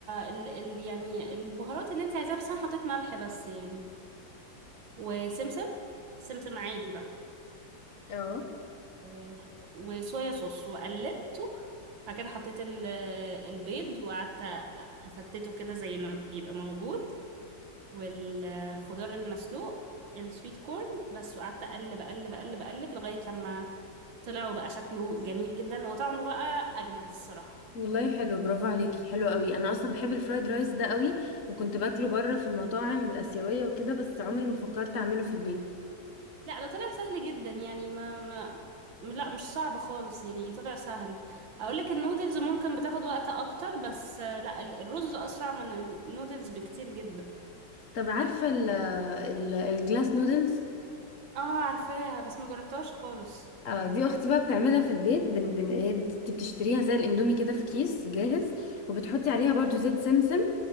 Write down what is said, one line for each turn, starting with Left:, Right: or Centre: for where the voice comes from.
Right: ال ال يعني البهارات اللي انت عايزاها بس انا حطيت ملح بس يعني وسمسم سمسم عادي بقى
Left: اه
Right: آه، وصويا صوص وقلبته بعد كده حطيت ال- البيض وقعدت افتته كده زي ما بيبقى موجود والخضار المسلوق السويت كورن بس وقعدت اقلب اقلب اقلب اقلب لغاية لما طلع وبقى شكله جميل جدا وطعمه بقى اجمد الصراحة
Left: والله حلو برافو عليكي حلو قوي انا اصلا بحب الفرايد رايس ده قوي وكنت باكله بره في المطاعم الاسيويه وكده بس عمري ما فكرت اعمله في البيت
Right: لا ده طلع سهل جدا يعني ما, ما لا مش صعب خالص يعني طلع سهل اقول لك النودلز ممكن بتاخد وقت اكتر بس آه، لا ال- الرز اسرع من النودلز بكتير جدا
Left: طب عارفه ال ال الجلاس نودلز
Right: اه عارفاها بس ما جربتهاش خالص
Left: اه دي اختي بقى بتعملها في البيت بن بن هي بت- بتشتريها زي الاندومي كده في كيس جاهز وبتحطي عليها برضو زيت سمسم